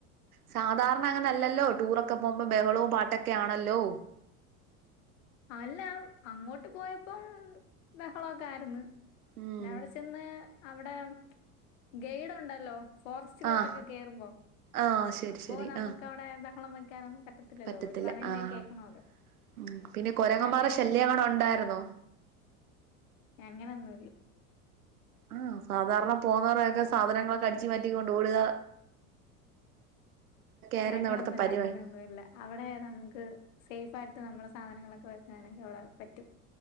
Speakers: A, on the right (about 80°); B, on the left (about 60°).
A: സാധാരണ അങ്ങനെല്ലല്ലോ ടൂറൊക്കെ പോകുമ്പോ ബഹളവും പാട്ടൊക്കെ ആണല്ലോ
B: അല്ല അങ്ങോട്ട് പോയപ്പം ബഹളൊക്കെ ആയിരുന്നു
A: ഉം
B: പിന്നെ അവിടെ ചെന്ന് അവിടെ ഗൈഡ് ഉണ്ടല്ലോ ഫോറസ്റ്റിലോട്ടൊക്കെ
A: ആഹ്
B: കേയറുമ്പോ
A: ആഹ് ശരി
B: അപ്പോൊ
A: ശരി
B: നമുക്ക്
A: ആഹ്
B: അവിടെ ബഹളം വെക്കാനൊന്നും പറ്റ പത്തില്ലോ
A: പറ്റത്തില്ല
B: ഓർ പറയുന്ന
A: ആഹ്
B: കേക്കണല്ലോ
A: ഉം പിന്നെ കുരങ്ങന്മാരെ
B: നല്ലായിരുന്നു
A: ശല്യം അവിടെ ഉണ്ടായിരുന്നോ
B: ഞങ്ങന ഒന്നുമ ഇല്ല
A: ഉം സാധാരണ പോകുന്നവരൊക്കെ സാധനങ്ങളൊക്കെ അടിച്ചു മാറ്റിക്കൊണ്ട് ഒടുക ആയിരുന്നു
B: അങ്ങനൊന്നുല്ല
A: അവിടുത്തെ പരിപാടി
B: അങ്ങനെയൊന്നു ഇല്ല അവിടെ നമുക്ക് സേഫ് ആയിട്ട് നമ്മള് സാധനങ്ങളൊക്കെ വെക്കാനൊക്കെ അവിടെ പറ്റും